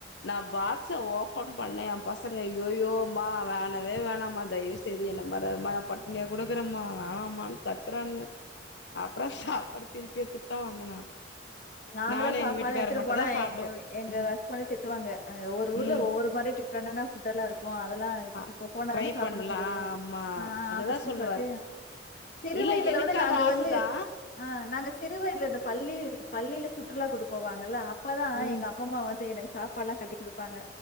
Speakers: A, on the left (about 70°); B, on the left (about 45°).
A: நா பாக்ஸ்ச ஓப்பன் பண்ணே என் பசங்க ஜய்யோயோ அம்மா வேணவே வேணமா தயவுசெ ய்து என்ன மர மா நா பட்டினியா இருக்குறேம்மா வேணாம்மான்னு கத்துறானுங்க அப்புற சாப்பாடு திருப்பி எடுத்துட்டு தா வந்தே நானு
B: நாங்களா
A: நானு
B: சாப்பாடுலா
A: எங்க வீட்டுக்கார
B: எடுத்துட்டு
A: மட்டுந்தா
B: போனா
A: சாப்டுவோ
B: எங்க எங்க
A: ம்
B: ஹஸ்பண்ட் திட்டுவாங்க ஒவ்வொரு ஊர்ல
A: ம்
B: ஒவ்வொரு இந்த மாரி டிஃபரன்ட்டானா ஃபுட் எல்லா இருக்கும் அதெல்லா
A: அ
B: இப்போ போனாதானே
A: ட்ரை
B: சாப்பிட
A: பண்லா
B: முடியும்
A: ஆமா
B: ஆ
A: அததா
B: அப்டின்னு
A: சொல்லுவாரு
B: சொல்லிட்டு சிறு
A: இல்ல
B: வயதுல
A: எனக்கு
B: வந்து நாங்க
A: அது ஆசதா
B: வந்து ஆ நாங்க சி சிறு வயதுல இந்த பள்ளி பள்ளியில சுற்றுலா கூட்டிட்டு போவாங்கல்ல அப்பதா
A: ம்
B: எங்க அம்மம்மா வந்து எனக்கு சாப்ப ப்பால்லாம் கட்டி் குடுப்பாங்க